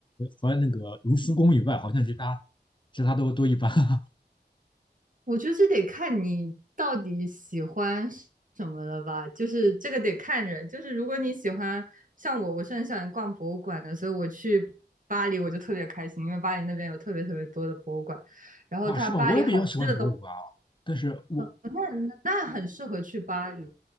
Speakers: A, on the left; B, on the right.
A: 和那个卢浮宫以外，好像其他其他都都一般。<laughs>
B: 我觉得这得看你到底喜欢什么了吧，就是这个得看人。就是如果你喜欢，像我，我是很喜欢逛博物馆的，所以我去巴黎我就特别开心，因为巴黎那边有特别特别多的博物馆，然后它巴黎好吃的都，
A: 哇，是吧？我也比较喜欢博物馆啊，但是我
B: 那那很适合去巴黎。